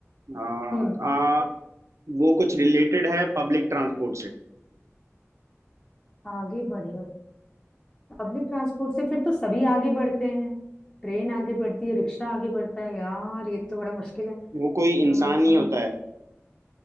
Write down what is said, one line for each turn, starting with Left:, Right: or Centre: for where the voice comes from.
Right: हाँ
Left: हम्म
Right: आ, वो कुछ रिलेटेड है पब्लिक ट्रांसपोर्ट से
Left: आगे बढ़े पब्लिक ट्रांसपोर्ट से फिर तो सभी आगे बढ़ते हैं ट्रेन आगे बढ़ती है रिक्शा आगे बढ़ता है यार ये तो बड़ा मुश्किल है
Right: वो कोई इंसान
Left: हम्म
Right: ही होता है